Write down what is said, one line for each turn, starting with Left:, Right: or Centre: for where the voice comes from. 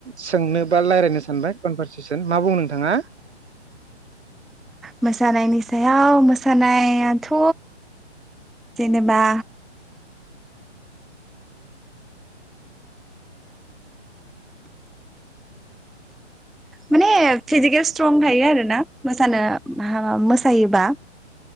Right: सोंनो बा रायलायनो सानबाय कनभारसेसन मा बुं नोंथाङा
Centre: मोसानायनि सायाव मोसानायाथ' जेनेबा माने फिजिकेल स्ट्रं थायो आरोना मोसानो भा मोसायोबा